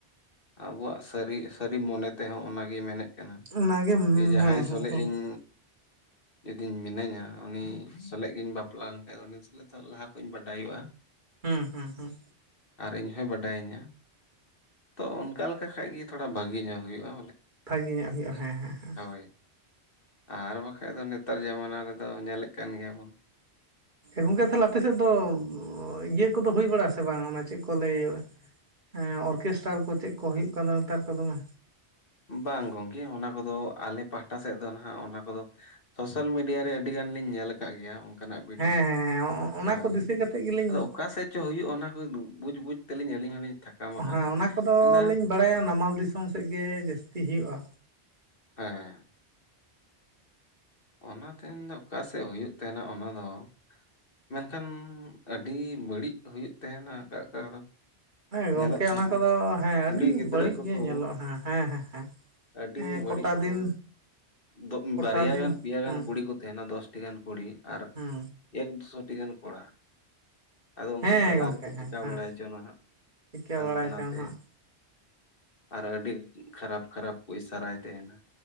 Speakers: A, on the left; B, on the right.
A: ᱟᱵᱚᱣᱟᱜ ᱥᱟᱹᱨᱤ ᱥᱟᱹᱨᱤ ᱢᱚᱱᱮ ᱛᱮᱦᱚᱸ ᱚᱱᱟᱜᱮ ᱢᱮᱱᱮᱫᱱᱟ
B: ᱚᱱᱟᱜᱮ ᱦᱮᱸ
A: ᱡᱟᱦᱟᱸᱭ
B: ᱦᱮᱸ ᱦᱮᱸ ᱦᱩᱸ
A: ᱥᱚᱞᱮᱜ ᱤᱧ ᱡᱩᱫᱤ ᱢᱤᱱᱟᱹᱧᱟ ᱩᱱᱤ ᱥᱟᱞᱟᱜ ᱜᱤᱧ ᱵᱟᱯᱞᱟ ᱼᱟ ᱩᱱᱤ ᱛᱞᱮ ᱛᱚ ᱞᱟᱦᱟ ᱠᱷᱚᱡ ᱠᱷᱚᱱᱚᱧ ᱵᱟᱰᱟᱭ ᱦᱩᱭᱩᱜᱼᱟ
B: ᱦᱮᱸ ᱦᱮᱸ ᱦᱮᱸ
A: ᱟᱨ ᱤᱧᱦᱭ ᱵᱟᱰᱟᱭᱤᱧᱟᱹ ᱛᱚ ᱚᱱᱠᱟ ᱞᱮᱠᱟ ᱠᱷᱟᱱᱜ ᱛᱷᱚᱲᱟ ᱵᱷᱟᱜᱤ ᱧᱚᱜ ᱦᱩᱭᱩᱜᱼᱟ᱾
B: ᱵᱷᱟᱹᱜᱮ ᱧᱚᱜ ᱦᱩᱭᱩᱜᱼᱟ ᱦᱮᱸ ᱦᱮᱸ ᱦᱮᱸ
A: ᱦᱳᱭ ᱟᱨ ᱵᱟᱠᱷᱟᱡ ᱫᱚ ᱱᱮᱛᱟᱨ ᱡᱟᱢᱟᱱᱟ ᱨᱮᱫᱚ ᱧᱮᱞᱮᱫ ᱠᱟᱱ ᱜᱮᱭᱟ ᱵᱚᱱ,
B: ᱜᱚᱝᱠᱮ ᱛᱟᱦᱞᱮ ᱟᱯᱮ ᱥᱮᱫ ᱫᱚ ᱤᱭᱟᱹ ᱠᱚᱫᱚ ᱦᱩᱭ ᱵᱟᱲᱟᱜ ᱟᱥᱮ ᱵᱟᱝ ᱟ ᱢᱟ ᱪᱮᱫ ᱠᱚ ᱠᱚ ᱞᱟᱹᱭ ᱦᱩᱭᱩᱜᱼᱟ ᱚᱨᱠᱮᱥᱴᱟᱨ ᱠᱚ ᱪᱮᱫ ᱠᱚ ᱦᱩᱭᱩᱜ ᱠᱟᱱ ᱫᱚ ᱱᱮᱛᱟᱨ ᱠᱚᱫᱚ ᱢᱟ
A: ᱵᱟᱝ ᱜᱚᱝᱠᱮ ᱚᱱᱟ ᱠᱚᱫᱚ ᱟᱞᱮ ᱯᱟᱦᱴᱟ ᱥᱮᱫ ᱫᱚ ᱱᱷᱟᱜ ᱚᱱᱟ ᱠᱚᱫᱚ ᱥᱳᱥᱟᱞ ᱢᱤᱰᱤᱭᱟ ᱨᱮ ᱟᱹᱰᱤ ᱜᱟᱱ ᱟᱱ ᱞᱤᱧ ᱧᱮᱞ ᱟᱠᱟᱫ ᱜᱮᱭᱟ ᱚᱱᱠᱟᱱᱟᱜ ᱵᱷᱤᱰᱭᱳ
B: ᱦᱮᱸ ᱦᱮᱸ ᱚᱱᱟ
A: ᱦᱳᱭ
B: ᱠᱚ ᱫᱤᱥᱟᱹ
A: ᱜᱮ
B: ᱠᱟᱛᱮᱫ ᱜᱮᱞᱤᱧ
A: ᱟᱫᱚ ᱚᱠᱟ ᱥᱮᱫ ᱪᱚ ᱦᱩᱭᱩᱜᱼᱟ ᱚᱱᱟ ᱠᱚᱫᱚ ᱵᱩᱡᱵᱩᱡ ᱛᱮᱞᱤᱧ ᱟᱹᱞᱤᱧ ᱦᱚᱸᱞᱤᱧ ᱛᱷᱟᱠᱟᱢ ᱟᱠᱟᱱᱟ
B: ᱦᱮᱸ ᱚᱱᱟ ᱠᱚᱫᱚ
A: ᱢᱮᱱᱫᱟ
B: ᱞᱤᱧ ᱵᱟᱲᱟᱭᱟ ᱱᱟᱢᱟᱞ ᱫᱤᱥᱚᱢ ᱥᱮᱫ ᱜᱮ ᱡᱟᱹᱥᱛᱤ ᱦᱩᱭᱩᱜᱼᱟ᱾
A: ᱦᱮᱸ ᱚᱱᱟ ᱫᱤᱱ ᱫᱚ ᱚᱠᱟ ᱥᱮᱫ ᱦᱩᱭᱩᱜ ᱛᱟᱦᱮᱸᱱᱟ ᱚᱱᱟ ᱫᱚ ᱢᱮᱱᱠᱷᱟᱱ ᱟᱹᱰᱤ ᱵᱟᱹᱲᱤᱡ ᱦᱩᱭᱩᱜ ᱛᱟᱦᱮᱱᱟ ᱚᱠᱟ ᱚᱠᱟ ᱫᱚ
B: ᱦᱮᱸ ᱜᱚᱢᱠᱮ
A: ᱧᱮᱞᱚᱜ ᱛᱟᱦᱮᱱᱟ
B: ᱚᱱᱟ ᱠᱚᱫᱚ ᱦᱮᱸ
A: ᱠᱩᱲᱤ
B: ᱟᱹᱰᱤ
A: ᱜᱤᱫᱽᱨᱟᱹ
B: ᱵᱟᱹᱲᱤᱡ
A: ᱠᱚᱠᱚ
B: ᱜᱮ ᱧᱮᱞᱚᱜᱼᱟ ᱦᱮᱸ ᱦᱮᱸ ᱦᱮᱸ
A: ᱟᱹᱰᱤ
B: ᱦᱮᱸ
A: ᱵᱟᱹᱲᱤᱡ
B: ᱠᱚᱴᱟ
A: ᱠᱚ
B: ᱫᱤᱱ
A: ᱫᱚ
B: ᱠᱚᱴᱟ
A: ᱵᱟᱨᱭᱟ
B: ᱫᱤᱱ
A: ᱜᱟᱱ ᱯᱮᱭᱟ
B: ᱦᱮᱸ
A: ᱜᱟᱱ ᱠᱩᱲᱤ ᱠᱚ ᱛᱟᱦᱮᱱᱟ ᱫᱚᱥ ᱴᱤ ᱜᱟᱱ ᱠᱩᱲᱤ ᱟᱨ
B: ᱦᱮᱸ
A: ᱮᱠ ᱫᱩᱥᱚ ᱴᱤ ᱜᱟᱱ ᱠᱚᱲᱟ ᱟᱫᱚ ᱩᱱᱠᱩ
B: ᱦᱮᱸ
A: ᱛᱟᱞᱟ
B: ᱜᱚᱝᱠᱮ
A: ᱨᱮᱠᱚ
B: ᱦᱮᱸ
A: ᱪᱤᱠᱟ
B: ᱦᱮᱸ
A: ᱵᱟᱲᱟᱭ ᱪᱚ ᱱᱟ ᱦᱟᱜ
B: ᱪᱤᱠᱟᱹ
A: ᱦᱟᱱᱛᱮ
B: ᱵᱟᱲᱟᱭ
A: ᱱᱟᱛᱮ
B: ᱪᱚᱝ ᱦᱟᱸᱜ
A: ᱟᱨ ᱟᱹᱰᱤ ᱠᱷᱟᱨᱟᱯ ᱠᱷᱟᱨᱟᱯ ᱠᱚ ᱤᱥᱟᱨᱟᱭ ᱛᱟᱦᱮᱱᱟ